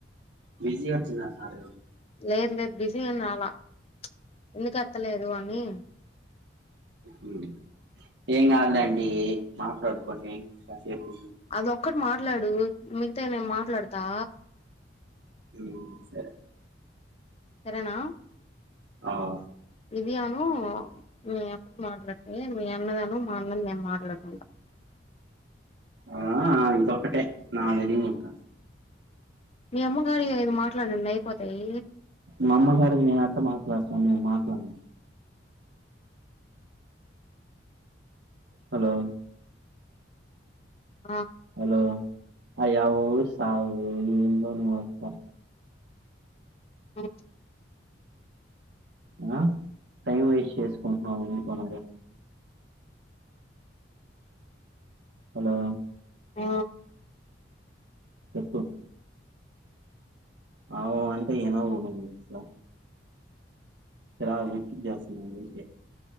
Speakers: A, on the right (about 65°); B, on the left (about 35°).
A: బిజీ వచ్చిందా సార్
B: లేదు లే బిజీ ఉన్నావా ప్చ్ అందుకే ఎత్తలేదు అని
A: హ్మ్ ఏం కాదులేండి మాట్లాడు పన్ని కసేపు
B: అది ఒక్కటి మాట్లాడు మిగతా న ఏం మాట్లాడతా
A: మ్మ్ సరే
B: సరేనా
A: ఆవు
B: విధి అను మీ అమ్మ మాట్లాడితే మీ అన్నమదా మ్మ్ మాంగల్యం మాట్లాడు
A: ఆ ఇది ఒకటే నాగలి నక్క
B: మీ అమ్మగారి ఏ మాట్లాడండి అయిపోతాయి.
A: మా అమ్మగారికి నేనెట్ట మాట్లాడతాను నేను మాట్లాను. హలో
B: ఆ
A: హలో ఆ ఎవ్వరు సావరు ఇదెందొ మా అత్త
B: ఉ
A: ఆ టైం వేస్ట్ చేసుకుంట్నం ఎందుకో మరి హలో
B: ఆ
A: చెప్పు ఆవొ అంటే యినవు నువ్వు స్లా ఎలావు ది అ‌సల అయితె